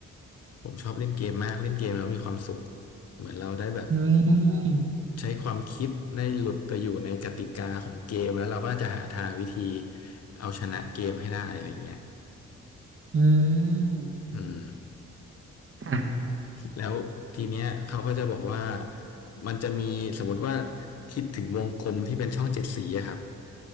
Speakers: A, on the left; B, on the right.
A: ผมชอบเล่นเกมมากเล่นเกมแล้วมีความสุขเหมือนเราได้แบบ
B: อืม
A: ใช้ความคิดได้หลุดไปอยู่ในกติกาของเกมแล้วเราก็จะหาทางวิธีเอาชนะเกมให้ได้อะไรอย่างเงี้ย
B: อืม
A: อืม
B: ค่ะ
A: แล้วทีเนี้ยเขาก็จะบอกว่ามันจะมีสมมติว่าคิดถึงวงกลมที่เป็นช่องเจ็ดสีอะครับ